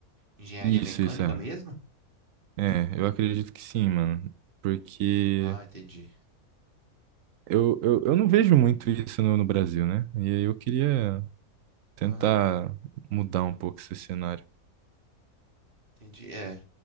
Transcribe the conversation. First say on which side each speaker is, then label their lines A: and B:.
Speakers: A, on the right (about 35°); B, on the right (about 70°).
A: engenharia
B: Isso,
A: mecânica
B: isso é.
A: mesmo?
B: É, eu acredito que sim, mano. Porque
A: Ah, entendi.
B: eu, eu, eu não vejo muito isso no, no Brasil, né? E aí eu queria tentar
A: Aham,
B: mudar um pouco esse cenário.
A: entendi. É,